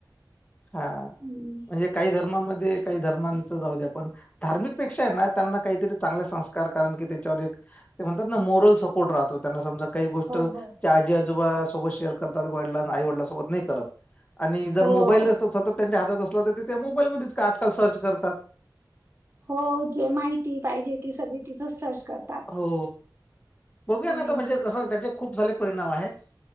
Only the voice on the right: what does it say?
हम्म
हो हो
हो
हो
हो जे माहिती पाहिजे ती सगळी तिथं सर्च करतात.
आहेत